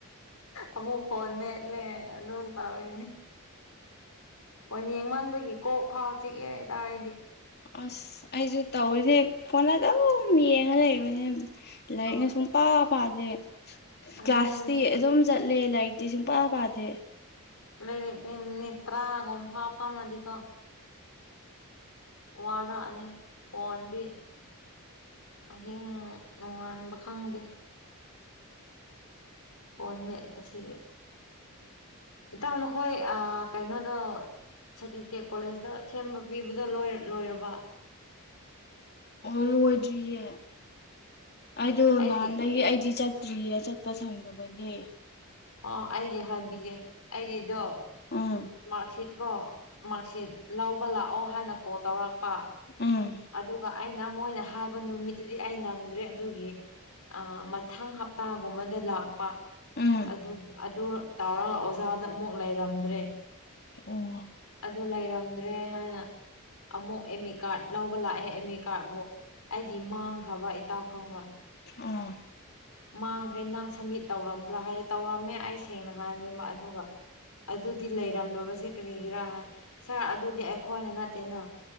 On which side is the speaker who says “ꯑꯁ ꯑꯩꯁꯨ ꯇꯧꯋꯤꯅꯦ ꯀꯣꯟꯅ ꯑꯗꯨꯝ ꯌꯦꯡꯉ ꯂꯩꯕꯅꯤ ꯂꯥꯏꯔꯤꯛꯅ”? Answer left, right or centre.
Left